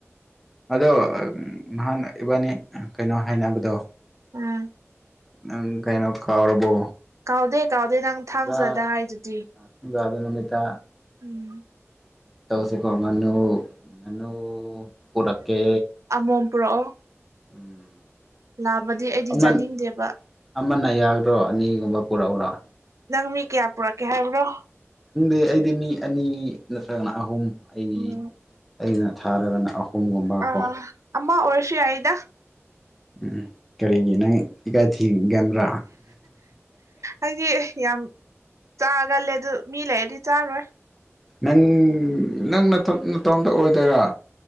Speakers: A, in the centre; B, on the right.
A: ꯑꯗꯣ ꯅꯍꯥꯟ ꯏꯕꯥꯅꯤ ꯀꯩꯅꯣ ꯍꯥꯏꯅꯕꯗꯣ
B: ꯎꯝ
A: ꯅꯪ ꯀꯩꯅ‌ꯣ ꯀꯥꯎꯔꯕꯣ
B: ꯀꯥꯎꯗꯦ ꯀꯥꯎꯗꯦ ꯅꯪ
A: ꯊꯥꯡꯖꯥ
B: ꯊꯥꯡꯖꯗ ꯍꯥꯏꯗꯨꯗꯤ
A: ꯊꯥꯡꯖꯥꯗ ꯅꯨꯃꯤꯠꯇ
B: ꯎꯝ
A: ꯇꯧꯁꯤꯀꯣ ꯉꯅꯨ ꯉꯅꯨ ꯄꯨꯔꯛꯀꯦ
B: ꯑꯝꯔ‌ꯣꯝ ꯄꯨꯔꯛꯑꯣ
A: ꯎꯝ
B: ꯂꯥꯕꯗꯤ ꯑꯩꯗꯤ
A: ꯑꯃꯟ
B: ꯆꯥꯅꯤꯡꯗꯦꯕ
A: ꯑꯃꯅ ꯌꯥꯒꯗ꯭ꯔꯣ ꯑꯅꯤꯒꯨꯝꯕ ꯄꯨꯔꯛꯎꯔ‌ꯣ
B: ꯅꯪ ꯃꯤ ꯀꯌꯥ ꯄꯨꯔꯛꯀꯦ ꯍꯥꯏꯕ꯭ꯔꯣ
A: ꯈꯪꯗ‌ꯦ ꯑꯩꯗꯤ ꯃꯤ ꯑꯅꯤ ꯅꯠꯇ꯭ꯔꯒꯅ ꯑꯍꯨꯝ ꯑꯩ
B: ꯎꯝ
A: ꯑꯩꯅ ꯊꯥꯔꯒꯅ ꯑꯍꯨꯝꯒꯨꯝꯕ
B: ꯑꯥ
A: ꯀꯣ
B: ꯑꯃ ꯑꯣꯏꯔꯁꯨ ꯌꯥꯏꯗ
A: ꯎꯝ ꯀꯔꯤꯒꯤ ꯅꯪ ꯏꯀꯥꯏ ꯊꯤꯒꯟꯕ꯭ꯔꯥ
B: ꯑꯩꯗꯤ ꯌꯥꯝ ꯆꯥꯒꯜꯂꯦ ꯑꯗꯨ ꯃꯤ ꯂꯩꯔꯗꯤ ꯆꯥꯔꯣꯏ
A: ꯅꯪ ꯅꯪ ꯅꯊ‌ꯣꯟ ꯅꯇ‌ꯣꯝꯇ ꯑꯣꯏꯗꯣꯏꯔꯥ